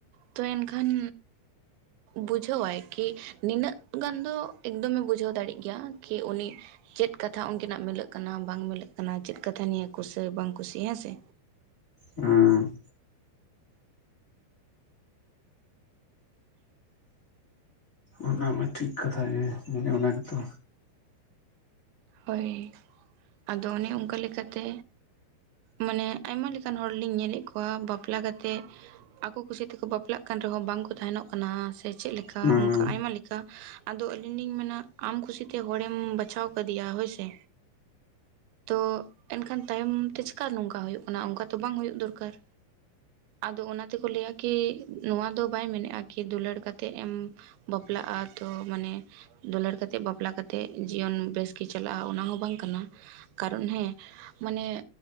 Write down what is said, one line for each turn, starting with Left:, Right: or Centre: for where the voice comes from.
Right: ᱛᱚ ᱮᱱᱠᱷᱟᱱ ᱵᱩᱡᱷᱟᱹᱣᱟᱭ ᱠᱤ ᱱᱤᱱᱟᱹᱜ ᱜᱟᱱ ᱫᱚ ᱮᱠᱫᱚᱢᱮ ᱵᱩᱡᱷᱟᱹᱣ ᱫᱟᱲᱤᱜ ᱜᱮᱭᱟ ᱠᱤ ᱩᱱᱤ ᱪᱮᱫ ᱠᱟᱛᱷᱟ ᱩᱱᱠᱤᱱᱟᱜ ᱢᱤᱞᱟᱹᱜ ᱠᱟᱱᱟ ᱵᱟᱝ ᱢᱤᱞᱟᱹᱜ ᱠᱟᱱᱟ ᱪᱮᱫ ᱠᱟᱛᱷᱟ ᱱᱤᱭᱟᱹ ᱠᱩᱥᱟᱹ ᱵᱟᱝ ᱠᱩᱥᱤ ᱦᱮᱸᱥᱮ᱾
Left: ᱦᱩᱸ ᱚᱱᱟ ᱢᱟ ᱴᱷᱤᱠ ᱠᱟᱛᱷᱟ ᱜᱮ ᱢᱟᱱᱮ ᱚᱱᱟ ᱜᱮᱛᱚ
Right: ᱦᱳᱭ ᱟᱫᱚ ᱚᱱᱮ ᱚᱱᱠᱟ ᱞᱮᱠᱟᱛᱮ ᱢᱟᱱᱮ ᱟᱭᱢᱟ ᱞᱮᱠᱟᱱ ᱦᱚᱲ ᱞᱤᱧ ᱧᱮᱞᱮᱜ ᱠᱚᱣᱟ ᱵᱟᱯᱞᱟ ᱠᱟᱛᱮᱜ ᱟᱠᱚ ᱠᱩᱥᱤ ᱛᱮᱠᱚ ᱵᱟᱯᱞᱟᱜ ᱠᱟᱱ ᱨᱮᱦᱚᱸ ᱵᱟᱝ ᱠᱚ ᱛᱟᱦᱮᱱᱚᱜ ᱠᱟᱱᱟ ᱥᱮ ᱪᱮᱜ ᱞᱮᱠᱟ
Left: ᱦᱩᱸ
Right: ᱚᱱᱠᱟ ᱟᱭᱢᱟ ᱞᱮᱠᱟ ᱟᱫᱚ ᱟᱹᱞᱤᱧ ᱞᱤᱧ ᱢᱮᱱᱟ ᱟᱢ ᱠᱩᱥᱤᱛᱮ ᱦᱚᱲᱮᱢ ᱵᱟᱪᱷᱟᱣ ᱠᱟᱹᱫᱤᱭᱟ ᱦᱳᱭ ᱥᱮ᱾ ᱛᱚ ᱮᱱᱠᱷᱟᱱ ᱛᱟᱭᱚᱢ ᱛᱮ ᱪᱮᱠᱟ ᱱᱚᱝᱠᱟ ᱦᱩᱭᱩᱜ ᱠᱟᱱᱟ ᱚᱱᱠᱟ ᱛᱚ ᱵᱟᱝ ᱦᱩᱭᱩᱜ ᱫᱚᱨᱠᱟᱨ᱾ ᱟᱫᱚ ᱚᱱᱟ ᱛᱮᱠᱚ ᱞᱟᱹᱭᱟ ᱠᱤ ᱱᱚᱣᱟ ᱫᱚ ᱵᱟᱭ ᱢᱮᱱᱮᱜᱟ ᱠᱤ ᱫᱩᱞᱟᱹᱲ ᱠᱟᱛᱮᱜ ᱮᱢ ᱵᱟᱯᱞᱟᱜᱼᱟ ᱛᱚ ᱢᱟᱱᱮ ᱫᱩᱞᱟᱹᱲ ᱠᱟᱛᱮᱜ ᱵᱟᱯᱞᱟ ᱠᱟᱛᱮᱜ ᱡᱤᱭᱚᱱ ᱵᱮᱥ ᱠᱤ ᱪᱟᱞᱟᱜᱼᱟ ᱚᱱᱟ ᱦᱚᱸ ᱵᱟᱝ ᱠᱟᱱᱟ ᱠᱟᱨᱚᱱ ᱦᱮᱸ ᱢᱟᱱᱮ